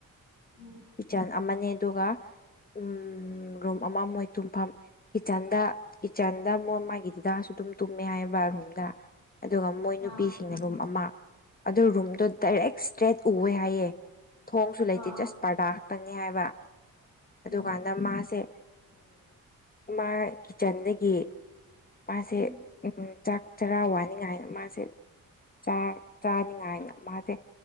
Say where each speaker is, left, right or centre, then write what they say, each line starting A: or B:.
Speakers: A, on the left (about 75°); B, on the left (about 25°).
A: ꯎꯝ
B: ꯀꯤꯆꯟ ꯑꯃꯅꯦ ꯑꯗꯨꯒ ꯎꯝ ꯔꯨꯝ ꯑꯃ ꯃꯣꯏ ꯇꯨꯝꯐꯝ ꯀꯤꯆꯟꯗ ꯀꯤꯆꯟꯗ ꯃꯣꯏ ꯃꯥꯒꯤ ꯗꯗꯥꯁꯨ ꯑꯗꯨꯝ ꯇꯨꯝꯃꯦ ꯍꯥꯏꯌꯦꯕ ꯔꯨꯝꯗ ꯑꯗꯨꯒ ꯃꯣꯏ ꯅꯨꯄꯤꯁꯤꯡꯅ
A: ꯑꯥ
B: ꯔꯨꯝ ꯑꯃ ꯑꯗꯨ ꯔꯨꯝꯗꯣ ꯗꯥꯏꯔꯦꯛ ꯏꯁꯇ꯭ꯔꯦꯠ ꯎꯋꯦ ꯍꯥꯏꯌꯦ ꯊꯣꯡꯁꯨ ꯂꯩꯇꯦ
A: ꯑꯥ
B: ꯖꯁ ꯄꯔꯗꯥ ꯈꯛꯇꯪꯅꯤ ꯍꯥꯏꯕ ꯑꯗꯨꯀꯥꯟꯗ
A: ꯎꯝ
B: ꯃꯥꯁꯦ ꯎꯝ ꯃꯥ ꯀꯤꯆꯟꯗꯒꯤ ꯃꯥꯁꯦ
A: ꯎꯝ
B: ꯎꯝ ꯆꯥꯛ ꯆꯔꯥ ꯋꯥꯅꯤꯡꯉꯥꯏꯅ ꯃꯥꯁꯦ ꯆꯥꯛ ꯆꯥꯅꯤꯡꯉꯥꯏꯅ ꯃꯥꯖꯦ